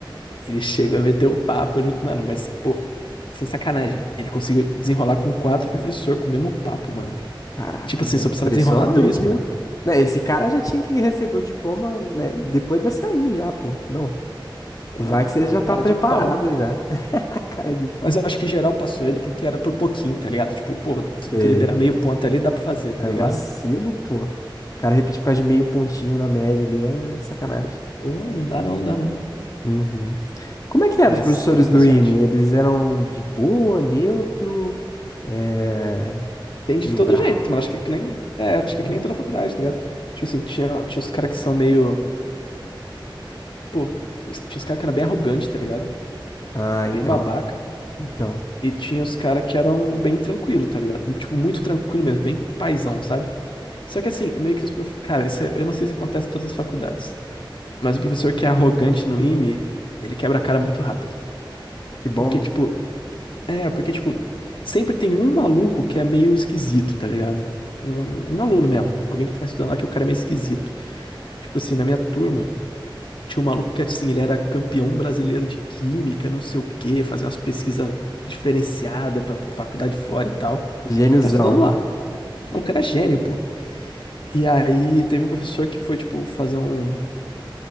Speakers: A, on the left; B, on the left.
A: Ele chegou a meter o papo, no- mano, mas, pô, sem sacanagem, ele conseguiu desenrolar com quatro professor com o mesmo papo, mano.
B: Caraca,
A: Tipo assim,
B: velho.
A: só precisava
B: Impressionante,
A: desenrolar dois, mano.
B: viu? Né, esse cara já tinha que receber o diploma, né, depois dessa aí já, pô. Não.
A: Pô,
B: Vai
A: não,
B: que você
A: é
B: já
A: um cara
B: tá preparado
A: de pau.
B: já. <laughs> Cara de pau.
A: Mas eu acho que geral passou ele porque era por pouquinho, tá ligado? Tipo, pô, tu,
B: Sei.
A: tu liberar meio ponto ali, dá pra fazer, tá
B: É
A: ligado?
B: vacilo, pô. O cara repetir por causa de meio pontinho na média ali é sacanagem.
A: Ô, não dá não, dá não.
B: Uhum. Como é que eram
A: Mas
B: os professores
A: deu muita
B: do
A: sorte.
B: IME? Eles eram de boa, neutro, é...
A: Tem de
B: meio
A: todo
B: bravo?
A: jeito, mano. Acho que é que nem. É, acho
B: né?
A: que é que nem toda faculdade, tá ligado? Tipo assim, tinha, tinha os caras que são meio. Pô, tinha os caras que eram bem arrogantes, tá ligado?
B: Ah, então.
A: Bem babaca.
B: Então.
A: E tinha os caras que eram bem tranquilo, tá ligado? Tipo, muito tranquilo mesmo, bem paizão, sabe? Só que assim, meio que os prof... Cara, isso é- eu não sei se acontece em todas as faculdades. Mas o professor que é arrogante no IME, ele quebra a cara muito rápido.
B: Que bom,
A: Porque,
B: mano.
A: tipo, É, porque, tipo, sempre tem um maluco que é meio esquisito, tá ligado? Um, um aluno mesmo, alguém que tá estudando lá que o cara é meio esquisito. Tipo assim, na minha turma, tinha um maluco que, assim, ele era campeão brasileiro de química, não sei o quê, fazia umas pesquisas diferenciadas pra faculdade fora e tal.
B: Gêniozão.
A: E tá estudando lá. O maluco era gênio, pô. E aí teve um professor que foi, tipo, fazer um.